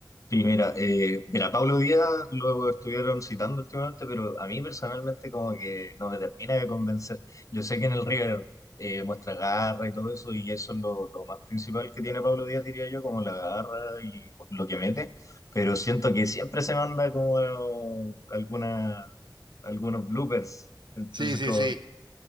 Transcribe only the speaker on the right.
Sí, sí,
sí.